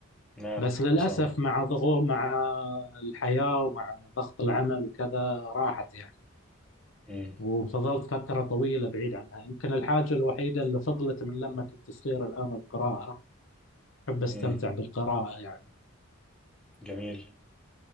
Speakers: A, in the centre; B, on the left (about 65°).
A: آه،
B: بس للاسف
A: ما شاء الله
B: مع ضغوط مع الحياه ومع ضغط العمل وكذا راحت يعني
A: امم
B: وفضلت فتره طويله بعيد عنها يمكن الحاجه الوحيده اللي فضلت من لما كنت صغير الان القراءه أحب أستمتع
A: امم
B: بالقراءة يعني
A: جميل